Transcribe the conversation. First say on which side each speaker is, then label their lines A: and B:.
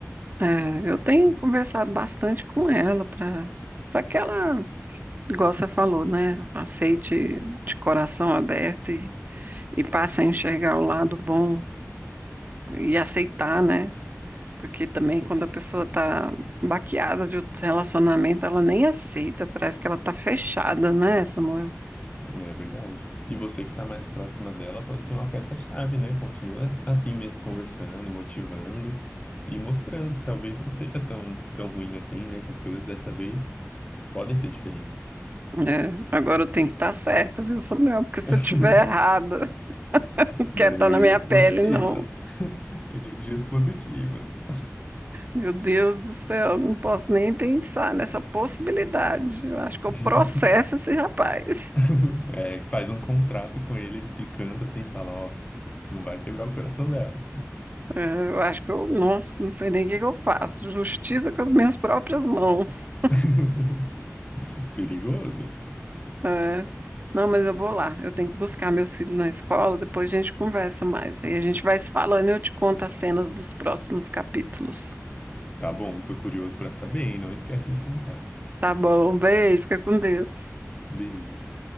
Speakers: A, on the right; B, on the left.
A: É, eu tenho conversado bastante com ela para para que ela Igual você falou, né? Aceite de coração aberto e, e passe a enxergar o lado bom e aceitar, né? Porque também quando a pessoa tá baqueada de outro relacionamento, ela nem aceita, parece que ela tá fechada, né, Samuel?
B: Não é verdade? E você que está mais próxima dela pode ser uma peça-chave, né? Continua assim mesmo conversando, motivando e mostrando que talvez não seja tão, tão ruim assim, né? Que as coisas dessa vez podem ser diferentes.
A: É, agora eu tenho que estar tá certa, viu, Samuel? Porque se
B: <laughs>
A: eu tiver errada, <laughs> não
B: Não,
A: quer
B: energias
A: estar na minha pele,
B: positivas.
A: não.
B: <laughs> Energias positivas.
A: Meu Deus do céu, não posso nem pensar nessa possibilidade. Eu acho que
B: <laughs>
A: eu processo esse rapaz.
B: <laughs> É, faz um contrato com ele de canto assim, fala, ó, não vai quebrar o coração dela.
A: É, eu acho que eu, nossa, não sei nem o que que eu faço. Justiça com as minhas próprias mãos. <laughs>
B: <laughs> Perigoso.
A: É. Não, mas eu vou lá. Eu tenho que buscar meus filhos na escola, depois a gente conversa mais. Aí a gente vai se falando e eu te conto as cenas dos próximos capítulos.
B: Tá bom, tô curioso pra saber, hein? Não esquece de me contar.
A: Tá bom, beijo, fica com Deus.
B: Beijo.